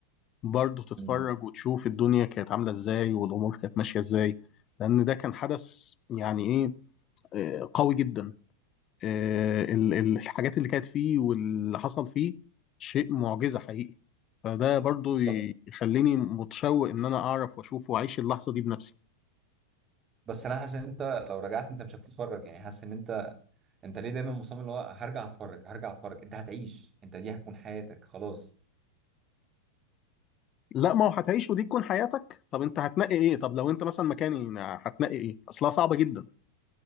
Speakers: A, on the left; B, on the right.
A: برضه تتفرج
B: مم.
A: وتشوف الدنيا كانت عاملة إزاي والأمور كانت ماشية إزاي لأن ده كان حدث يعني إيه آه، قوي جدا آه، ال- ال- الحاجات اللي كانت فيه واللي حصل فيه شيء معجزة حقيقي فده برضه
B: طب
A: يخليني متشوق إن أنا أعرف وأشوف وأعيش اللحظة دي بنفسي
B: بس انا حاسس ان انت لو رجعت انت مش هتتفرج يعني حاسس ان انت انت ليه دايما مصمم اللي هو هرجع اتفرج هرجع اتفرج انت هتعيش انت دي هتكون حياتك خلاص
A: لا ما هو هتعيش ودي تكون حياتك طب أنت هتنقي إيه طب لو أنت مثلا مكاني هتنقي إيه أصلها صعبة جدا